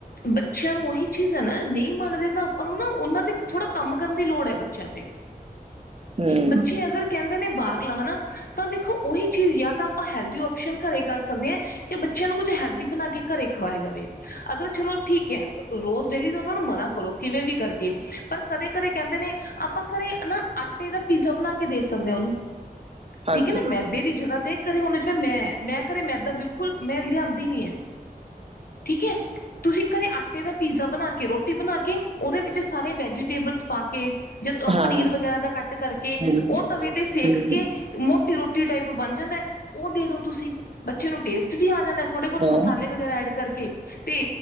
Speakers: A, on the left; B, on the right.
A: ਬੱਚਿਆਂ ਨੂੰ ਓਹੀ ਚੀਜ਼ ਐ ਨਾ ਨਈ ਮੰਨਦੇ ਤਾਂ ਆਪਾਂ ਨੂੰ ਨਾ ਓਨਾਂ ਤੇ ਇਕ ਥੋੜਾ ਕੰਮ ਕਰਨ ਦੀ ਲੋੜ ਐ ਬੱਚਿਆਂ ਤੇ।
B: ਹਮ
A: ਬੱਚੇ ਅਗਰ ਕੈਂਦੇ ਨੇ ਬਾਰਲਾ ਹਨਾ ਤਾਂ ਦੇਖੋ ਓਹੀ ਚੀਜ਼ ਯਾਂ ਤਾਂ ਆਪਾਂ ਹੈਲਦੀ ਓਪਸ਼ਨ ਘਰੇ ਕਰ ਸਕਦੇ ਐ ਕੇ ਬੱਚਿਆਂ ਨੂੰ ਕੁੱਝ ਹੈਲਦੀ ਬਣਾ ਕੇ ਘਰੇ ਖਵਾਇਆ ਜਾਵੇ ਅਗਰ ਚਲੋ ਠੀਕ ਐ ਰੋਜ਼ ਡੇਲੀ ਦਾ ਓਨਾਂ ਨੂੰ ਮਨਾ ਕਰੋ ਕਿਵੇਂ ਵੀ ਕਰਕੇ ਪਰ ਕਦੇ-ਕਦੇ ਕੈਂਦੇ ਨੇ ਆਪਾਂ ਠੀ ਘਰੇ ਨਾ ਆਟੇ ਦਾ ਪੀਜ਼ਾ ਬਣਾ ਕੇ ਦੇ ਸਕਦੇ ਓਨੂੰ। ‌
B: ਹਾਂਜੀ
A: ਠੀਕ ਐ ਨਾ ਮੈਦੇ ਦੀ ਜਗ੍ਹਾ ਤੇ ਘਰੇ ਹੁਣ <unintelligible> ਮੈਂ-ਮੈਂ ਘਰੇ ਮੈਦਾ ਬਿਲਕੁੱਲ ਮੈਂ ਲਿਆਂਦੀ ਨੀ ਆ। ਠੀਕ ਐ ਤੁਸੀਂ ਘਰੇ ਆਟੇ ਦਾ ਪੀਜ਼ਾ ਬਣਾ ਕੇ ਰੋ ਟੀ ਬਣਾ ਕੇ ਓਦੇ ਵਿੱਚ ਸਾਰੇ ਵੈਜੀਟੇਬਲਸ ਪਾ ਕੇ ਜ
B: ਹਾਂ
A: ਪਨੀਰ ਵਗੈਰਾ ਦਾ ਕੱਟ ਕਰਕੇ
B: ਹਮ
A: ਓ ਤਵੇ ਤੇ ਸੇਖ
B: ਹਮ
A: ਕੇ ਮੋਟੀ ਰੋਟੀ ਟਾਈਪ ਬਣ ਜਾਂਦੈ ਓ ਦੇ ਦੋ ਤੁਸੀਂ ਬੱਚੇ ਨੂੰ ਟੇਸਟ ਵੀ ਆ ਜਾਂਦੈ, ਥੋੜੇ
B: ਹਾਂ
A: ਬੋਤ ਮਸਾਲੇ ਵਗੈਰਾ ਐੜ ਕਰਕੇ ਤੇ